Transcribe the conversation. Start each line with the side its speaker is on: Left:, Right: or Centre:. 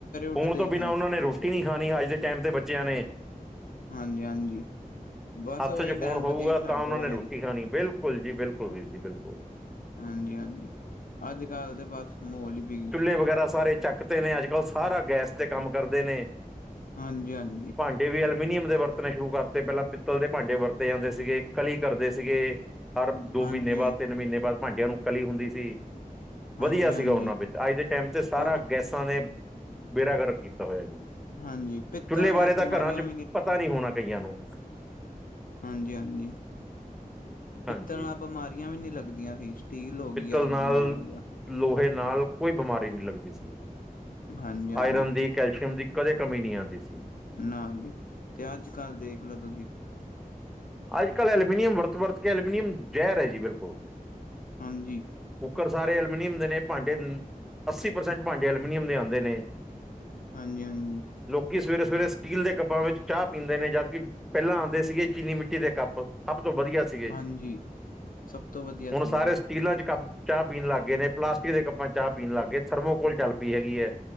Centre: ਫੋਨ
Left: ਉੱਠਦੇ
Centre: ਤੋਂ
Left: ਹੀ
Centre: ਬਿਨਾਂ ਉਹਨਾਂ ਨੇ ਰੋਟੀ ਨਹੀਂ ਖਾਣੀ ਅੱਜ ਦੇ ਟਾਈਮ ਤੇ ਬੱਚਿਆਂ ਨੇ।
Left: ਹਾਂਜੀ- ਹਾਂਜੀ, ਬਸ
Centre: ਹੱਥ
Left: ਉਹੀ।
Centre: 'ਚ ਫੋਨ
Left: ਟਾਈਮ
Centre: ਹੋਊਗਾ
Left: ਵਧੀਆ ਸੀ ਸਾਡੇ
Centre: ਤਾਂ ਉਹਨਾਂ
Left: ਵਾਲਾ
Centre: ਨੇ ਰੋਟੀ
Left: ਹੀ
Centre: ਖਾਣੀ, ਬਿਲਕੁਲ ਜੀ ਬਿਲਕੁਲ, ਵੀਰ ਜੀ ਬਿਲਕੁਲ।
Left: ਹਾਂਜੀ- ਹਾਂਜੀ, ਅੱਜ- ਕੱਲ੍ਹ ਤੇ ਬਸ ਮੋਲ ਹੀ ਵੀ।
Centre: ਚੁੱਲੇ। ਵਗੈਰਾ ਸਾਰੇ ਚੱਕਤੇ ਨੇ ਅੱਜ ਕੱਲ੍ਹ ਸਾਰਾ ਗੈਸ ਤੇ ਕੰਮ ਕਰਦੇ ਨੇ।
Left: ਹਾਂਜੀ- ਹਾਂਜੀ।
Centre: ਭਾਂਡੇ ਵੀ ਅਲਮੀਨੀਅਮ ਦੇ ਵਰਤਣੇ ਸ਼ੁਰੂ ਕਰਤੇ, ਪਹਿਲਾਂ ਪਿੱਤਲ ਦੇ ਭਾਂਡੇ ਵਰਤੇ ਜਾਂਦੇ ਸੀਗੇ, ਕਲੀ ਕਰਦੇ ਸੀਗੇ। ਹਰ ਦੋ
Left: ਹਾਂਜੀ,
Centre: ਮਹੀਨੇ ਬਾਅਦ, ਤਿੰਨ ਮਹੀਨੇ ਬਾਅਦ, ਭਾਂਡਿਆਂ ਨੂੰ ਕਲੀ ਹੁੰਦੀ ਸੀ।
Left: ਹਾਂਜੀ,
Centre: ਵਧੀਆ ਸੀਗਾ
Left: ਹਾਂਜੀ।
Centre: ਉਹਨਾਂ ਵਿੱਚ, ਅੱਜ ਦੇ ਟਾਈਮ ਤੇ ਸਾਰਾ
Left: ਉਡ
Centre: ਗੈਸਾਂ ਨੇ ਬੇੜਾ ਗਰਕ ਕੀਤਾ ਹੋਇਆ ਜੀ।
Left: ਹਾਂਜੀ ਪਿੱਤਲ
Centre: ਚੁੱਲੇ ਬਾਰੇ
Left: ਨਾਲ
Centre: ਤਾਂ
Left: ਬਿਮਾਰੀਆਂ
Centre: ਘਰਾਂ 'ਚ ਪਤਾ ਨੀ ਹੋਣਾ ਕਈਆਂ ਨੂੰ।
Left: ਹਾਂਜੀ-ਹਾਂਜੀ, ਪਿੱਤਲ
Centre: ਹਾਂਜੀ
Left: ਨਾਲ ਬਿਮਾਰੀਆਂ ਵੀ ਨਹੀਂ ਲੱਗਦੀਆਂ ਸੀ। ਸਟੀਲ। ਗਈ
Centre: ਪਿੱਤਲ
Left: ਅੱਜ
Centre: ਨਾਲ,
Left: ਜਿਵੇਂ
Centre: ਲੋਹੇ ਨਾਲ, ਕੋਈ ਬਿਮਾਰੀ ਨੀ ਲੱਗਦੀ ਸੀਗੀ।
Left: ਹਾਂਜੀ ਹਾਂ।
Centre: ਆਇਰਨ ਦੀ, ਕੈਲਸ਼ੀਅਮ ਦੀ, ਕਦੇ ਕਮੀ ਨੀ ਆਂਦੀ ਸੀ।
Left: ਨਾ ਜੀ ਤੇ ਅੱਜ-ਕੱਲ੍ਹ ਦੇਖਲੋ ਤੁਸੀਂ।
Centre: ਅੱਜ ਕੱਲ੍ਹ ਐਲਮੀਨੀਅਮ ਵਰਤ-ਵਰਤ ਕੇ, ਅਲਮੀਨੀਅਮ ਜ਼ਹਿਰ ਐ ਜੀ ਬਿਲਕੁਲ।
Left: ਹਾਂਜੀ।
Centre: ਕੂਕਰ ਸਾਰੇ ਐਲਮੀਨੀਅਮ ਦੇ ਨੇ ਭਾਂਡੇ ਅੱਸੀ ਪ੍ਰਸੈਂਟ ਭਾਂਡੇ ਐਲਮੀਨੀਅਮ ਦੇ ਆਂਦੇ ਨੇ।
Left: ਹਾਂਜੀ -ਹਾਂਜੀ।
Centre: ਲੋਕੀ ਸਵੇਰੇ-ਸਵੇਰੇ ਸਟੀਲ ਦੇ ਕੱਪਾਂ ਵਿੱਚ ਚਾਹ ਪੀਂਦੇ ਨੇ, ਜਦਕਿ ਪਹਿਲਾਂ ਆਉਂਦੇ ਸੀਗੇ ਚੀਨੀ ਮਿੱਟੀ ਮਿੱਟੀ ਦੇ ਕੱਪ, ਸਭ ਤੋਂ ਵਧੀਆ ਸੀ।
Left: ਹਾਂਜੀ, ਸਭ ਤੋਂ ਵਧੀਆ
Centre: ਹੁਣ
Left: ਸੀ
Centre: ਸਾਰੇ
Left: ਉਹ।
Centre: ਸਟੀਲਾਂ 'ਚ ਕੱਪ ਚਾਹ ਪੀਣ ਲਗ ਨੇ, ਪਲਾਸਟਿਕ ਦੇ ਕੱਪਾਂ ਚਾਹ ਪੀਣ ਲਗ ਗੇ, ਥਰਮੋਕੋਲ ਚੱਲ ਪੀ ਹੈਗੀ ਐ,